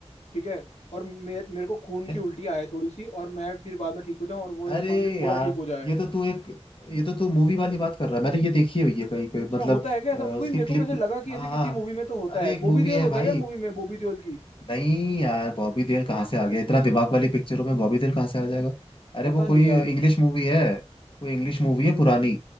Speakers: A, on the left; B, on the left.
A: ठीक है और मेरे मेरे को खून
B: है?
A: की उल्टी आए थोड़ी सी और मैं फिर बाद में ठीक हो जाऊं और वो
B: अरे
A: इंसान भी पूरा
B: यार
A: ठीक हो जाए
B: ये तो तू एक ये तो तू मूवी वाली बात कर रहा है मैंने ये देखी हुई है कहीं पे
A: अच्छा
B: मतलब
A: होता है क्या ऐसा
B: अ,
A: मूवी
B: उसकी
A: मेरे
B: क्लिप
A: को वैसे लगा कि
B: हाँ
A: ऐसे किसी
B: हाँ
A: मूवी में तो होता
B: अरे
A: है
B: एक मूवी
A: बॉबी देओल
B: है
A: होता
B: भाई
A: है क्या मूवी में बॉबी देओल की
B: नहीं यार बॉबी देओल कहाँ से आ गया इतना दिमाग वाली पिक्चरों में बॉबी देओल कहाँ से आ जाएगा अरे
A: पता
B: वो कोई
A: नहीं यार
B: इंग्लिश मूवी है कोई इंग्लिश मूवी है पुरानी